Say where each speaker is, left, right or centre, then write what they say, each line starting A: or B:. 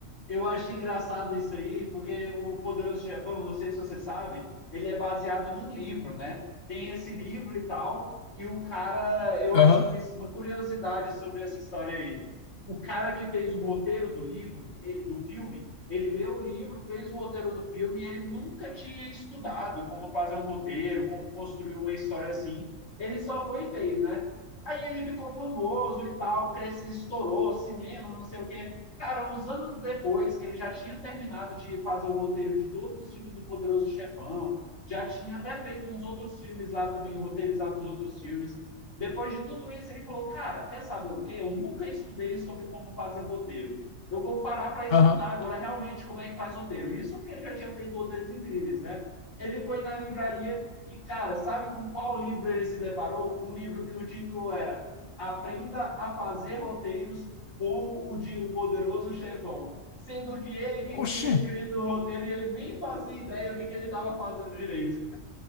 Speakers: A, on the left; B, on the left.
A: Eu acho engraçado isso aí, porque o Poderoso Chefão, não sei se você sabe, ele é baseado num livro, né? Tem esse livro e tal, e o cara, eu
B: Aham,
A: acho uma, uma curiosidade sobre essa história aí. O cara que fez o roteiro do livro, ele do filme, ele leu o livro, fez o roteiro do filme e ele nunca tinha estudado como fazer um roteiro, como construir uma história assim. Ele só foi e fez, né? Aí ele ficou famoso e tal, cresceu, estourou, cinema, não sei o quê. Cara, uns anos depois que ele já tinha terminado de fazer o roteiro de todos os filmes do Poderoso Chefão, já tinha até feito uns outros filmes lá também, roteirizado os outros filmes. Depois de tudo isso, ele falou: Cara, quer saber o quê? Eu nunca estudei sobre como fazer roteiro. Eu vou parar para estudar
B: aham.
A: agora realmente como é que faz roteiro. Isso porque ele já tinha feito roteiros incríveis, né? Ele foi na livraria e, cara, sabe com qual livro ele se deparou? Um livro que o título era Aprenda a Fazer Roteiros como o de O Poderoso Chefão, sendo que ele que tinha
B: Oxê,
A: escrito o roteiro e ele nem fazia ideia do que, que ele estava fazendo direito.